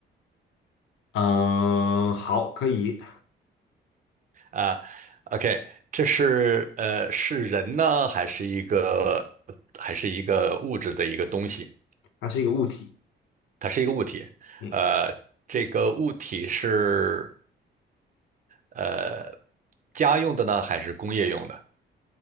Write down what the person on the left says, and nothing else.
嗯，好，可以，
它是一个物体，
嗯